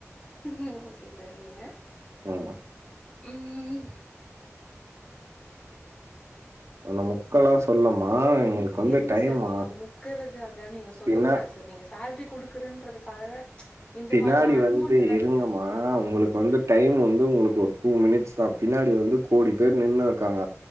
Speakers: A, on the left; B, on the right.
A: ம் ஓகே சார் இருங்க
B: ம்
A: ம்
B: உன்ன முக்கெல்லா சொல்லம்மா எங்களுக்கு வந்து
A: இருங்க
B: டைம்மா.
A: சார் நீங்க முக்கறது அதுலா நீங்க சொல்லக்
B: பின்ன
A: கூடாது சார் நீங்க சேல்ரி குடுக்குறன்றதுக்காக இந்த
B: பின்னாடி
A: மாரிலா அன்வான்டடா
B: வந்து இருங்கம்மா
A: நீங்க
B: உங்களுக்கு வந்து டைம்
A: ம்
B: வந்து உங்களுக்கு ஒரு டூ மினிட்ஸ் தா பின்னாடி வந்து கோடி பேர் நின்னுருக்காங்க